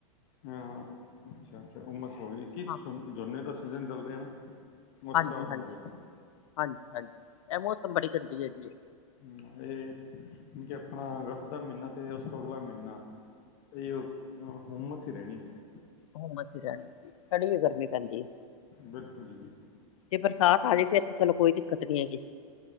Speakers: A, on the left; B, on the left.
A: ਹੂੰ। ਅੱਛਾ-ਅੱਛਾ ਹੁੰਮਸ ਹੋ ਗਈ, ਕੇ
B: ਹਾਂ
A: ਝੋਨੇ ਜੋਨੇ ਦਾ ਸੀਜ਼ਨ ਚਲ ਰਿਹਾ ਨਾ। ਉਸ
B: ਹਾਂਜੀ-ਹਾਂਜੀ,
A: ਕਾਰਨ ਹੋ ਰਿਹਾ
B: ਹਾਂਜੀ-ਹਾਂਜੀ ਐਹ ਮੌਸਮ ਬੜੀ ਗੰਦੀ ਹੈਗੀ ਏ।
A: ਹੂੰ ਏ ਜੀ ਆਪਣਾ ਅਗਸਤ ਦਾ ਮੀਨਾ ਤੇ ਓਸ ਤੋਂ ਅਗਲਾ ਮੀਨਾ ਏਹੀਓ ਹੁੰਮਸ ਈ ਰਹਿਣੀ ਐ।
B: ਹੁੰਮਸ ਈ ਰਹਿਣੀ, ਸੜੀ ਗਰਮੀ ਪੈਂਦੀ ਏ।
A: ਬਿਲਕੁਲ ਜੀ ਬਿਲਕੁਲ
B: ਜੇ ਬਰਸਾਤ ਆ ਜੇ ਫੇਰ ਤੇ ਚਲੋ ਕੋਈ ਦਿੱਕਤ ਨੀ ਹੈਗੀ।